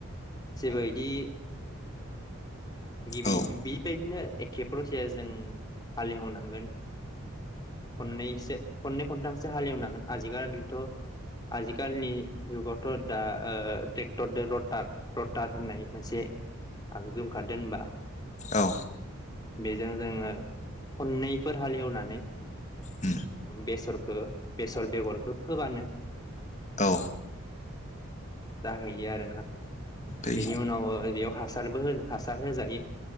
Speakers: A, on the left; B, on the left.
A: जेबो इदि गिबि
B: औ
A: बेबायदिनो। <unintelligible> <unintelligible>
B: औ
A: बेजों जोङो खननैफोर हालेवनानै।
B: उम
A: बेसर हो बेसर बेगरखौ फोबानो।
B: औ
A: जाहैयो आरोना।
B: ओमफ्राय
A: बेनि उनाव बेयाव हासार सारबो होनो हासार हो जायो ।